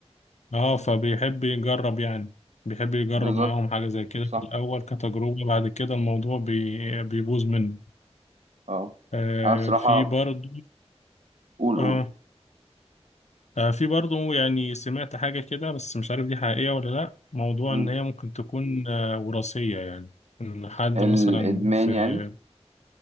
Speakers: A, on the left; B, on the right.
A: اه فبيحب يجرب يعني بيحب يجرب
B: بالظبط
A: معاهم حاجة زي كده
B: صح
A: في الأول كتجربة بعد كده الموضوع بي بيبوظ منه
B: اه
A: آه
B: انا بصراحة
A: في برضو
B: قول
A: اه
B: قول
A: آه، في برضو يعني سمعت حاجة كده بس مش عارف دي حقيقية ولا لأ موضوع
B: مم.
A: إن هي ممكن تكون آه وراثية يعني إن حد
B: الادمان
A: مثلا في
B: يعني